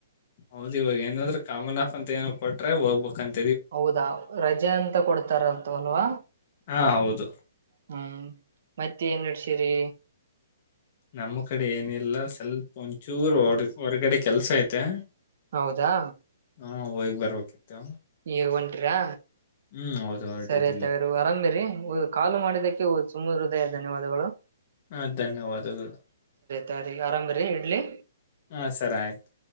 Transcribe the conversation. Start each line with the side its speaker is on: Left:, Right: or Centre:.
Left: ಹೌದ್ ಇವಾಗ ಏನಾದ್ರೂ ಕಾಮನ ಹಾಪ್ ಅಂತ ಏನರಾ ಕೊಟ್ರೆ ಹೋಗ್ಬೇಕಂತ.
Right: ಹೌದಾ ರಜೆ ಅಂತ ಕೊಡ್ತಾರಂತವಲ್ವಾ.
Left: ಹಾ ಹೌದು.
Right: ಹ್ಮ್ ಮತ್ತೆ ಏನ್ ನಡ್ಸಿರಿ.
Left: ನಮ್ಮ್ ಕಡೆ ಏನಿಲ್ಲ ಸ್ವಲ್ಪ ಒಂಚೂರು ಹೊಡ್ ಹೊರ್ಗಡೆ. ಕೆಲ್ಸ ಐತೆ.
Right: ಹೌದಾ.
Left: ಹಾ ಹೊಯಿಗ್ ಬರ್ಬೇಕಿತ್ತು.
Right: ನೀವ್ ಒಂಟ್ರಾ.
Left: ಹ್ಮ್ ಹೌದು ಹೊರಟಿದ್ದಿಲ್ಲೇ
Right: ಸರಿ ಆಯ್ತ್ರ ಅರಾಮಿರಿ ಕಾಲು ಮಾಡಿದಕ್ಕೆ ಒ ಸ್ವ ತುಮ್ಮು ಹೃದಯ ಧನ್ಯವಾದಗಳು.
Left: ಹಾ ಧನ್ಯವಾದಗಳು
Right: ತಗರಿ ಅರಾಮಿರಿ ಇಡ್ಲಿ.
Left: ಹಾ ಸರ್ ಆಯ್ತು.